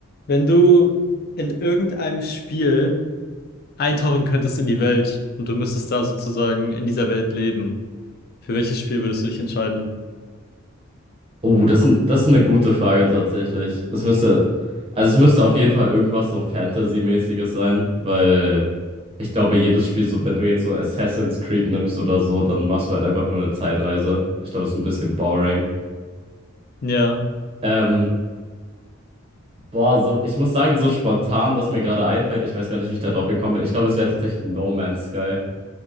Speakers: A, on the left; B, on the right.
A: Wenn du in irgendeinem Spiel eintauchen könntest in die Welt und du müsstest da sozusagen in dieser Welt leben, für welches Spiel würdest du dich entscheiden?
B: Oh, das, ist- das ist eine gute Frage tatsächlich. Es müsste, also es müsste auf jeden Fall irgendwas so Fantasy-mäßiges sein, weil ich glaube, jedes Spiel, so wenn du jetzt so Assassin's Creed nimmst oder so, dann machst du halt einfach nur eine Zeitreise. Ich glaube, das ist ein bisschen boring.
A: Ja,
B: Ähm, boah, so, ich muss sagen, so spontan, was mir gerade einfällt, ich weiß gar nicht, wie ich da drauf gekommen bin. Ich glaube, es wäre tatsächlich No Man's Sky.